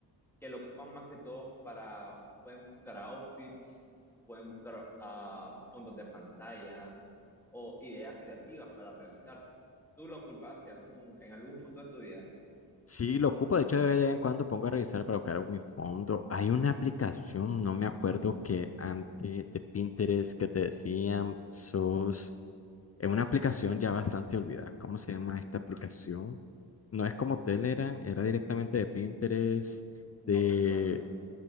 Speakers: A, in the centre; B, on the left.
A: que lo ocupan más que todo para, pueden buscar outfits, pueden buscar ah, fondos de pantalla o ideas creativas para realizar. ¿Tú lo ocupaste algún, en algún punto de tu vida?
B: Sí, lo ocupo. De hecho, de vez en cuando pongo a revisar para buscar mi fondo. Hay una aplicación, no me acuerdo que antes de Pinterest que te decían sos. Es una aplicación ya bastante olvidada. ¿Cómo se llama esta aplicación? No es como Telegram, era directamente de Pinterest,
A: No
B: de
A: recuerdo.